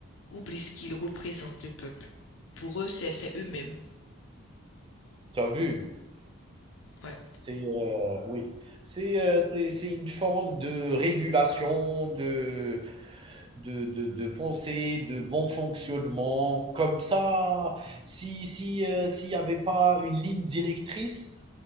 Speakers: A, on the left (about 65°); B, on the right (about 25°).
A: oublient ce qu'ils représentent, le peuple. Pour eux, c'est, c'est eux-mêmes.
B: tu as vu,
A: Ouais.
B: c'est euh, oui, c'est euh, c'est c'est une forme de régulation de de, de, de pensée, de bon fonctionnement. Comme ça, si si euh, s'il n'y avait pas une ligne directrice